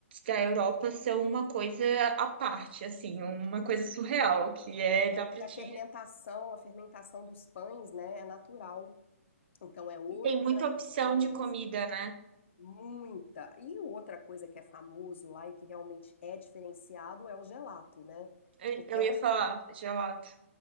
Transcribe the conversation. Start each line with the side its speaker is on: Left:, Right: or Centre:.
Right: da Europa são uma coisa à parte, assim, uma coisa surreal, que é,
Left: É
Right: dá
Left: porque
Right: pra ti
Left: a fermentação, a fermentação dos pães, né, é natural. Então é outra
Right: E tem muita opção
Left: experiência.
Right: de comida, né?
Left: Muita. E outra coisa que é famoso lá e que realmente é diferenciado é o gelato, né?
Right: Eu,
Left: Porque
Right: eu
Left: é
Right: ia
Left: um
Right: falar gelato.